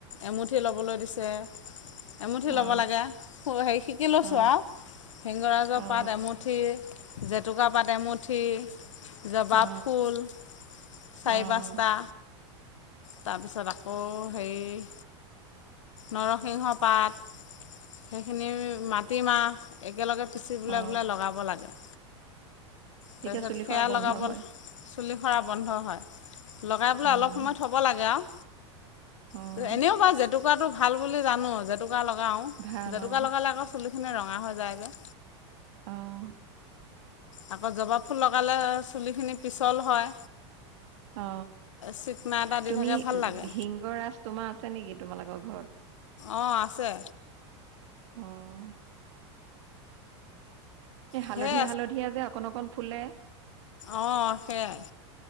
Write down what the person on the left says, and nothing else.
এমুঠি ল'বলৈ দিছে। এমুঠি ল'ব
লাগে, হেৰি শিকি লৈছোঁ
আৰু ভিংগৰাজৰ
পাত এমুঠি- জেতুকা পাত এমুঠি। জবা
ফুল চাৰি
পাঁচ টা। তাৰপিছত আকৌ হেৰি- নৰসিংহ পাত, সেইখিনি মাটিমাহ, একেলগে পিচি বোলে
বোলে লগাব লাগে। তাৰপিছত
সেয়া
লগাব
চুলি সৰা বন্ধ হয়। লগাই পেলাই
অলপ সময় থ'ব লাগে আৰু।
ত এনেও বা জেতু- ভাল বুলি জানো যে- জেতুকা লগাওঁ।
জেতুকা
লগালে আকৌ চুলিখিনি ৰঙা হৈ যায় জে
আকৌ জবা ফুল লগালে চুলিখিনি পিচল হয়।
চিকনা এটা দি
থাকে ভাল
লাগে
অ আছে।
ঢেৰ
অ সেয়াই,